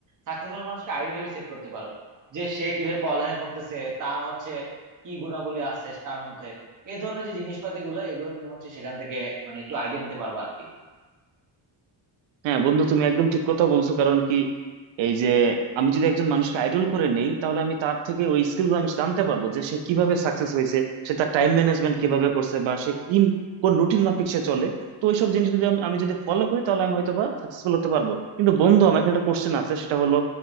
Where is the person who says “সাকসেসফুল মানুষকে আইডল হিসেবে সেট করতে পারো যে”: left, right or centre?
Right